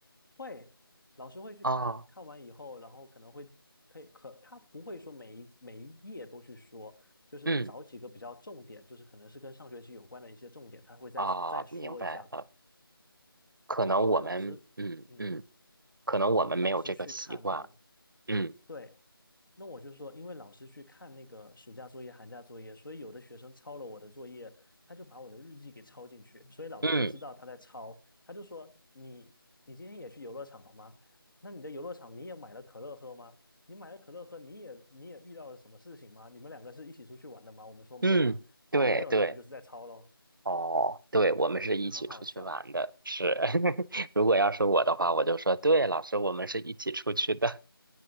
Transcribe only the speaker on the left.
会，老师会去看看完以后，
然后可能会可以可他不会说每一每一页都去说，就是找几个比较重点，
就是可能是跟上学期有关的一些重点，他会再再说一下。
对，因为老师，
嗯，
因为老师去看哦，
对，那我就说，因为老师去看那个暑假作业、寒假作业，所以有的学生抄了我的作业，他就把我的日记给抄进去，所以老师就知道他在抄，
他就说你你今天也去游乐场了吗？那你的游乐场你也买了可乐喝吗？你买了可乐喝，你也你也遇到了什么事情吗？你们两个是一起出去玩的吗？我们说没有啊，
好，
没有，那你就是在抄喽，
以很好笑。